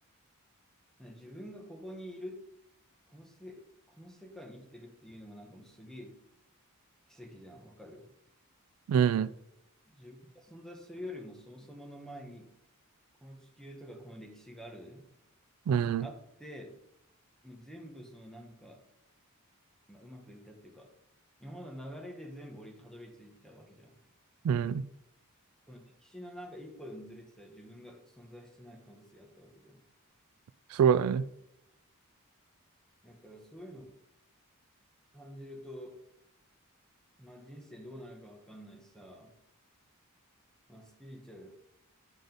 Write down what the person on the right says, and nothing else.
うん、
うん、
うん、
そうだね。